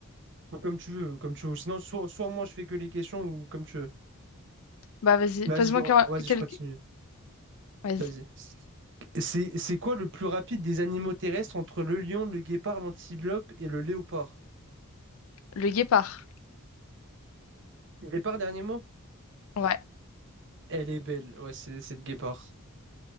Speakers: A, on the right (about 55°); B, on the left (about 70°).
A: Ou comme tu veux, comme tu veux. Sinon, soit, soit moi je fais que les questions ou comme tu veux.
B: Bah vas-y,
A: Vas-y,
B: pose-moi
A: je-
B: quel...
A: vas-y,
B: quelques...
A: je continue.
B: Vas-y,
A: Vas-y. C'est, c'est quoi le plus rapide des animaux terrestres entre le lion, le guépard, l'antilope et le léopard?
B: le guépard.
A: Guépard, dernier mot?
B: Ouais,
A: Elle est belle. Ouais, c'est c'est le guépard.